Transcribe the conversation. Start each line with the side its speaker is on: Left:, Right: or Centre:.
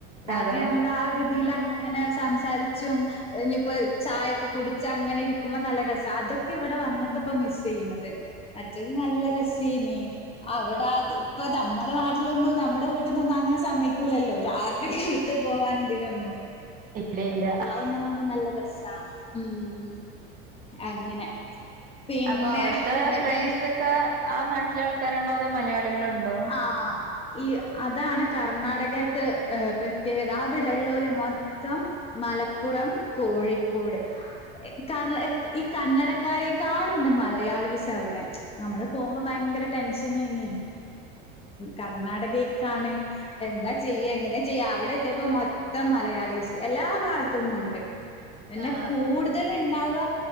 Left: രാത്രി
Right: അതെ
Left: നമ്മള് ആ. ഒരുതീലങ്ങനെ സംസാരിച്ചും. ഇഞ്ഞിപ്പോ ചായൊക്കെ കുടിച്ചങ്ങനെ രിക്കുമ്പോ നല്ല രസ. അതൊക്കെവിടെ വന്നിട്ട്പ്പ മിസ്സ് ചെയ്യണത്. മറ്റത് നല്ല രസൈനീ. അവിടെ അത് പ്പ നമ്മുടെ നാട്ടിലൊന്നും നമ്മുടെ വീട്ടിന്നൊന്നും അങ്ങനെ സമ്മയ്കു. കൂലല്ലോ. രാത്രി പുറത്ത് പോവാനും ദിനൊന്നും.
Right: ഇല്ല
Left: ഇത്,
Right: ഇല്ല
Left: ഇതാവുമ്പോ നമുക്ക് നല്ല രസ. ഉം, അങ്ങനെ. പിന്നെ
Right: അപ്പൊ അവിട്ത്തെ
Left: എന്നിട്ട്
Right: ഫ്രണ്ട്സ് ക്കെ ആ നാട്ടിലെ ആൾക്കാരാണോ? അതോ, മലയാളികളുണ്ടോ?
Left: ആഹ്. ഈ അതാണ് കർണാടകത്തെ ഏ പ്രത്യേകത അവിടെള്ളോല് മൊത്തം. മലപ്പുറം കോഴിക്കോട്. ക ഈ കന്നടക്കാരേക്കാളുണ്ട് മലയാളിസ് അവിടെ. നമ്മള് പോകുമ്പോ ഭയങ്കര ടെൻഷനേനി കർണാടകേക്കാണ്. എന്താ ചെയ്യ എങ്ങനെ ചെയ്യ അവിടെ എത്തിയപ്പ മൊത്തം മലയാളിസ് എല്ലാ ഭാഗത്തന്നും ഉണ്ട്. എന്നാ
Right: ആഹ്
Left: കൂടുതൽ
Right: അതെ അതെ
Left: ണ്ട്. ഉണ്ടാവ